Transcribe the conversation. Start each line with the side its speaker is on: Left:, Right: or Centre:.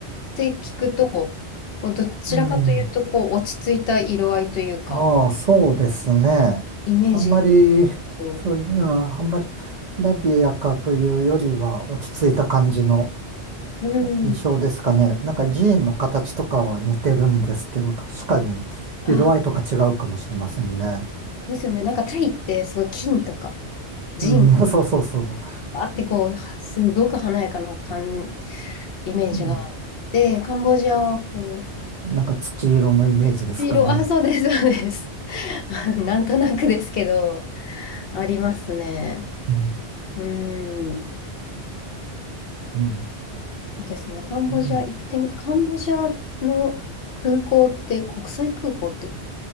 Left: て聞くと、こうどちらかというと、
Right: うん。
Left: こう、落ち着いた色合いというか、
Right: ああ、そうですね。
Left: イメージ
Right: あんまり、
Left: と、
Right: そういう、うん、あんまり、ラビアかというよりは、落ち着いた感じの
Left: うん、
Right: 印象ですかね。なんか寺院の形とかは似てるんですけど、確かに、
Left: あ、
Right: 色合いとか違うかもしれませんね。
Left: ですよね。なんかタイって、すごい金とか、ジンとか、
Right: うん、<laughs> そうそうそ
Left: あってこう、すごく華やかな感イメージがあって、
Right: う。うん、
Left: カンボジアはこう、
Right: なんか土色のイメージですかね。
Left: 黄色、あ、そうです、そうです。<laughs> なんとなくですけど、ありますね。
Right: うん。
Left: うーん。
Right: うん。
Left: そうですね。カンボジア行ってみ、
Right: うん
Left: カンボジアの空港って、国際空港って